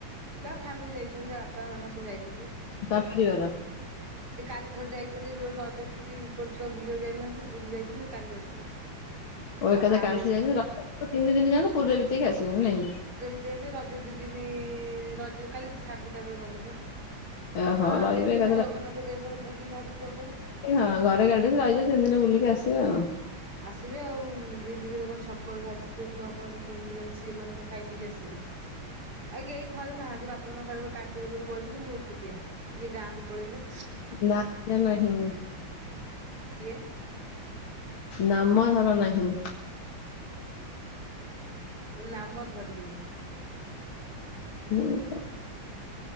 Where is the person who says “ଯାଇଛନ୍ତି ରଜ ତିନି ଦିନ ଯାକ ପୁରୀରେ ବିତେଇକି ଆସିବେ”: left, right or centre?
Left